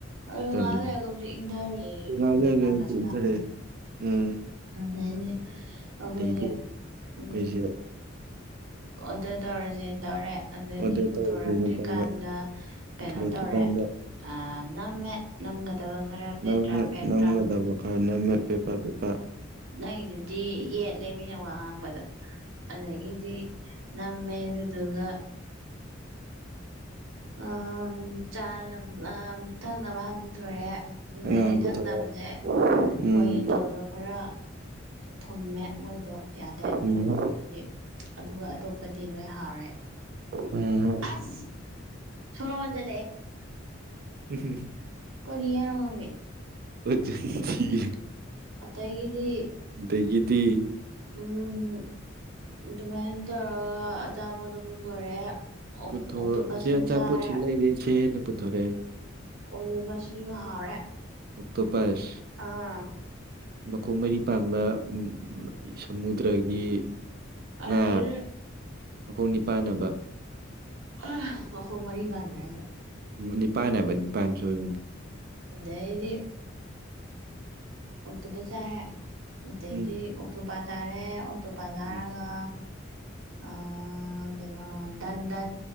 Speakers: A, on the right (about 85°); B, on the right (about 50°).
A: ꯑꯗꯨ
B: ꯇꯔꯝꯗꯅ
A: ꯉꯥꯏꯍꯥꯛ ꯂꯩꯔꯒꯕꯨꯗꯤ ꯏꯪꯊꯔꯛꯑꯦ
B: ꯉꯥꯏꯍꯥꯛ ꯂꯩꯔꯒꯗꯤ
A: ꯅꯨꯡꯗꯥꯡ ꯇꯥꯁꯤꯜꯂꯛ
B: ꯏꯪꯊꯔꯛꯑꯦ
A: ꯑꯕꯅꯤꯅ
B: ꯎꯝ
A: ꯑꯗꯩꯗꯤ ꯑꯩꯈꯣꯏꯁꯦ
B: ꯑꯗꯩꯗꯤ ꯑꯩꯈꯣꯏꯁꯦ
A: ꯎꯝ ꯑꯣꯗꯔ ꯇꯧꯔꯁꯦꯅ ꯇꯧꯔꯦ ꯑꯗꯩꯗꯤ
B: ꯑꯣꯗꯔ
A: ꯄꯨꯊꯣꯔꯛꯇ꯭ꯔꯤꯀꯥꯟꯗ
B: ꯇꯧꯔꯁꯦꯅ ꯇꯧꯔꯦ
A: ꯀꯩꯅꯣ
B: ꯄꯨꯊꯣꯔꯛꯇ꯭ꯔꯤꯀꯥꯟꯗ
A: ꯇꯧꯔꯦ ꯑ ꯅꯝꯃꯦ ꯅꯝꯒꯗꯕ ꯈꯔ ꯄꯦꯠꯇ꯭ꯔꯥ
B: ꯅꯪꯅ
A: ꯄꯦꯄ꯭ꯔꯥ
B: ꯅꯝꯒꯗꯕ ꯈꯔ ꯅꯝꯃꯦ ꯄꯦꯄꯥ ꯄꯦꯄꯥ
A: ꯅꯪꯒꯤꯗꯨꯗꯤ ꯌꯦꯠꯂꯦ ꯃꯤꯅ ꯋꯥ ꯉꯥꯡꯕꯗ ꯑꯗꯒꯤꯗꯤ ꯅꯝꯃꯦ ꯑꯗꯨꯗꯨꯒ ꯑꯥꯝ ꯥ ꯆꯥꯅ ꯑꯥ ꯊꯛꯅꯕ ꯍꯥꯟ ꯄꯨꯊꯣꯔꯛꯑꯦ ꯑꯗꯩꯗꯤ
B: ꯉꯥ ꯄꯨꯊꯣꯔꯛꯑꯦ
A: ꯊꯛꯅꯕꯖꯦ
B: ꯎꯝ
A: ꯃꯣꯏꯒꯤ ꯇꯨꯜꯗꯣ ꯈꯔ ꯊꯨꯝꯃꯦ ꯃꯣꯏꯗꯣ ꯌꯥꯗꯦ
B: ꯎꯝ
A: ꯃꯣꯏꯇꯣ ꯗꯨꯗꯤ ꯑꯗꯨꯒ ꯑꯇꯣꯞꯄꯗꯤ ꯂꯣꯏ ꯍꯥꯎꯔꯦ
B: ꯎꯝ
A: ꯑꯁ ꯁꯣꯔ ꯍꯣꯟꯖꯜꯂꯛꯑꯦ
B: <inaudible>
A: ꯀꯔꯤ ꯍꯥꯏꯅꯣ ꯈꯪꯗꯦ
B: ꯋꯦꯠ ꯊꯤꯔꯦ
A: ꯑꯗꯩꯒꯤꯗꯤ
B: ꯑꯗꯩꯒꯤꯗꯤ
A: ꯎꯝ ꯑꯗꯨꯃꯥꯏꯅ ꯇꯧꯔꯒ ꯑꯆꯥꯄꯣꯠꯇꯣ ꯄꯨꯊꯣꯔꯛꯑꯦ ꯑꯣꯛꯇꯣꯄꯁ
B: ꯄꯨꯊꯣ ꯁꯦ
A: ꯑꯃ
B: ꯑꯆꯥꯄꯣꯠ
A: ꯆꯥꯔꯦ
B: ꯁꯤ ꯂꯩꯔꯦ ꯏꯆꯦ ꯅ ꯄꯨꯊꯣꯔꯛꯑꯦ
A: ꯑꯣꯉꯨꯕꯁꯤꯁꯨ ꯍꯥꯎꯔꯦ
B: ꯑꯣꯛꯇꯣꯄꯁ
A: ꯑꯥ
B: ꯃꯈꯣꯡ ꯃꯔꯤ ꯄꯥꯟꯕ ꯎꯝ ꯁꯃꯨꯗ꯭ꯔꯒꯤ
A: ꯑꯔꯩꯔꯤ
B: ꯉꯥ ꯃꯈꯣꯡ ꯅꯤꯄꯥꯟ ꯑꯣꯏꯕ
A: ꯍ ꯃꯈꯣꯡ ꯃꯔꯤ ꯄꯥꯟꯕ꯭ꯔ ꯍꯥꯏꯖꯦ
B: ꯅꯤꯄꯥꯟ ꯍꯥꯏꯕ ꯅꯤꯄꯥꯟ ꯁꯣꯏꯕꯅꯦ
A: ꯑꯗꯩꯗꯤ ꯑꯣꯛꯇꯣꯄꯁ ꯆꯥꯔꯦ ꯑꯗꯩꯗꯤ
B: ꯎꯝ
A: ꯑꯣꯛꯇꯣꯄꯥ ꯆꯥꯔꯦ ꯑꯣꯇꯣꯄꯥ ꯆꯥꯔꯒ
B: ꯎꯝ
A: ꯑꯥ ꯀꯩꯅꯣ ꯗꯟ ꯗꯟ